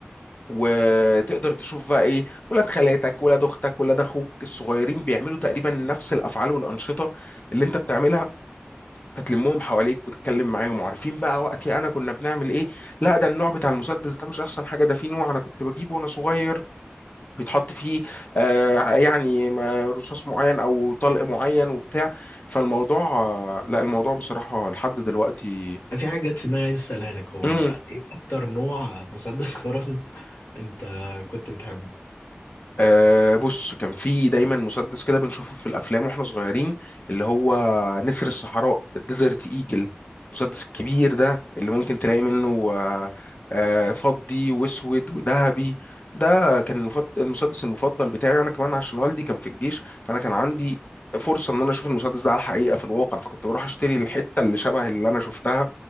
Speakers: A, on the left (about 40°); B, on the left (about 65°).
A: وتقدر تشوف بقى ايه ولاد خالاتك ولاد اختك ولاد اخوك الصغيرين بيعملوا تقريبا نفس الافعال والانشطه اللي انت بتعملها فتلمهم حواليك وتتكلم معاهم وعارفين بقى وقتي انا كنا بنعمل ايه لا ده النوع بتاع المسدس ده مش احسن حاجه ده في نوع انا كنت بجيبه وانا صغير بيتحط فيه آه يعني ما- رصاص معين او طلق معين وبتاع فالموضوع آه، لا الموضوع بصراحة لحد دلوقتي
B: في حاجة جت في دماغي عايز أسألها لك هو
A: امم،
B: إيه أكتر نوع مسدس <laughs> خرز أنت كنت بتحبه؟
A: أه بص كان في دايما مسدس كده بنشوفه في الافلام واحنا صغيرين اللي هو نسر الصحراء الديزرت ايجل المسدس الكبير ده اللي ممكن تلاقي منه آه، آه، فضي واسود وذهبي ده كان المفض- المسدس المفضل بتاعي انا كمان عشان والدي كان في الجيش فانا كان عندي فرصة ان انا اشوف المسدس ده على الحقيقة في الواقع فكنت بروح اشتري الحتة اللي شبه اللي انا شفتها